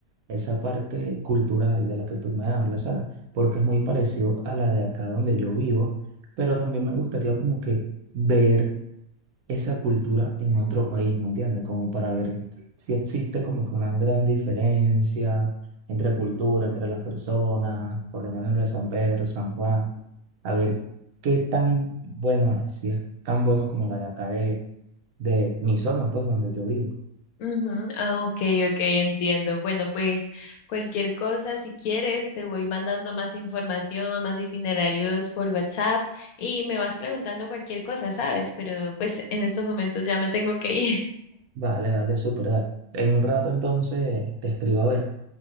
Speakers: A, on the right; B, on the left.
A: esa parte cultural de la que tú me hablas, ¿sabes? Porque es muy parecido a la de acá donde yo vivo, pero también me gustaría como que ver esa cultura en otro país, ¿me entiendes? Como para ver si existe como que una gran diferencia entre cultura, entre las personas, por lo menos lo de San Pedro, San Juan, a ver qué tan bueno es, si es tan bueno como la de acá de de mi zona, pues, donde yo vivo.
B: Ujú, Ah, ok, ok, entiendo. Bueno, pues cualquier cosa, si quieres, te voy mandando más información, más itinerarios por WhatsApp y me vas preguntando cualquier cosa, ¿sabes? Pero pues en estos momentos ya me tengo que ir. <laughs>
A: Vale, dale, súper, dale. En un rato entonces te escribo a ver.